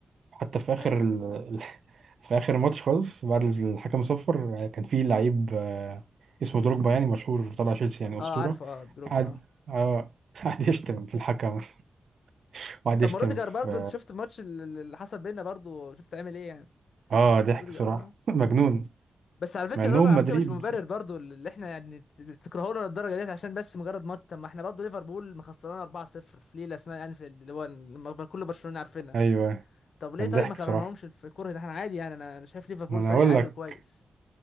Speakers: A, on the right; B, on the left.
A: حتى في
B: طيب
A: اخر
B: يعني
A: ال...
B: ما-
A: <laughs> في اخر ماتش خالص بعد الحكم صفر كان في لعيب آه، اسمه دروجبا يعني مشهور تبع تشيلسي يعني اسطوره
B: اه عارفه اه دروجبا
A: قعد
B: اه
A: اه <laughs> قعد يشتم في الحكم <laughs> وقعد
B: طب
A: يشتم
B: ما روديجر
A: في
B: برضو انت شفت الماتش اللي اللي حصل بينا برضو شفت عامل ايه يعني
A: اه ضحك
B: روديجر
A: بصراحه
B: اه
A: <laughs> مجنون
B: مم. بس على فكره
A: مع انهم
B: ده على
A: مدريد
B: فكره مش مبرر برضو اللي احنا يعني تكرهونا للدرجه ديت عشان بس مجرد ماتش طب ما احنا برضو ليفربول مخسرانا 4-0 في ليله اسمها انفيلد اللي هو لما كل برشلونه عارفينها
A: ايوه
B: طب ليه
A: كان
B: طيب
A: ضحك
B: ما كرهناهمش
A: بصراحه
B: في الكره ده احنا عادي يعني انا انا شايف ليفربول
A: ما انا
B: فريق
A: اقول
B: عادي
A: لك
B: وكويس